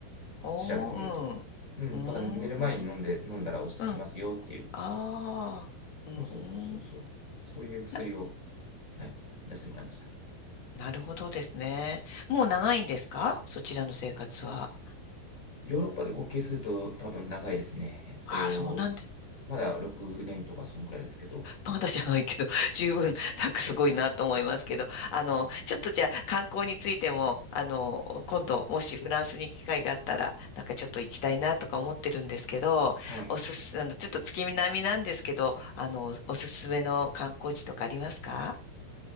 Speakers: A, on the left (about 45°); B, on the left (about 20°).
A: おー、
B: 調べてみると。うん、
A: うん。
B: だから寝る前に飲んで、
A: うーん。
B: 飲んだら落ち着きますよっていう。
A: うん。ああ。う
B: そうそうそうそうそう。
A: ん。
B: そういう薬を、
A: な、
B: はい、出してもらいましたね。
A: なるほどですね。もう長いんですかそちらの生活は。
B: ヨーロッパで合計すると多分長いですね。えっと、
A: ああ、そうなんで
B: まだ6年とかそんくらいですけど。
A: まだじゃないけど、<laughs> 十分、なんかすごいなと思いますけど、
B: そうですか。
A: あの、ちょっとじゃあ観光についても、あの、今度、もしフランスに行く機会があったら、なんかちょっと行きたいなとか思ってるんですけど、
B: はい。
A: おすす、あの、ちょっと月並みなんですけど、あの、おすすめの観光地とかありますか